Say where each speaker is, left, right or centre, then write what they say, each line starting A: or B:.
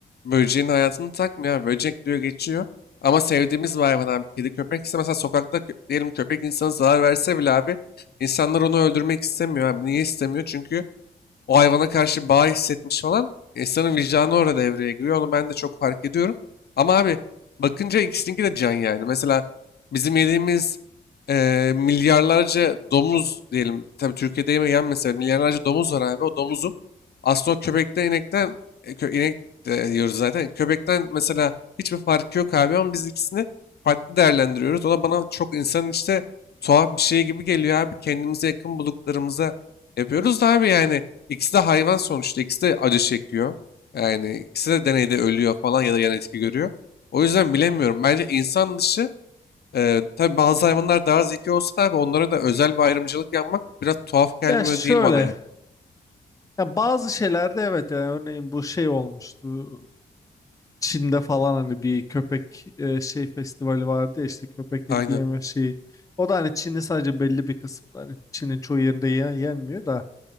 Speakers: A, on the left (about 60°); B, on the left (about 15°).
A: böceğin hayatını takmıyor. abi. Böcek diyor geçiyor. Ama sevdiğimiz bir hayvan abi. Kedi köpek ise mesela sokakta kö- diyelim köpek insana zarar verse bile abi insanlar onu öldürmek istemiyor abi. Niye istemiyor? Çünkü o hayvana karşı bağ hissetmiş falan insanın vicdanı orada devreye giriyor. Onu ben de çok fark ediyorum. Ama abi bakınca ikisininki de can yani. Mesela bizim yediğimiz eee, milyarlarca domuz diyelim. Tabii Türkiye'de yemeyen mesela milyarlarca domuz var abi. O domuzun aslında o köpekten inekten e, kö- inek de yiyoruz zaten. Köpekten mesela hiçbir farkı yok abi ama biz ikisini farklı değerlendiriyoruz. O da bana çok insanın işte tuhaf bir şey gibi geliyor abi. Kendimize yakın bulduklarımıza yapıyoruz da abi yani İkisi de hayvan sonuçta. İkisi de acı çekiyor. Yani ikisi de deneyde ölüyor falan ya da yan etki görüyor. O yüzden bilemiyorum. Bence insan dışı e, tabii bazı hayvanlar daha zeki olsa da abi onlara da özel bir ayrımcılık yapmak biraz tuhaf gelmiyor
B: Ya şöyle.
A: değil bana yani.
B: Ya bazı şeylerde evet yani örneğin bu şey olmuştu. Çin'de falan hani bir köpek e, şey festivali vardı ya işte köpek
A: Aynen.
B: eti yeme şeyi. O da hani Çin'in sadece belli bir kısımları. Hani Çin'in çoğu yerinde yen- yenmiyor da.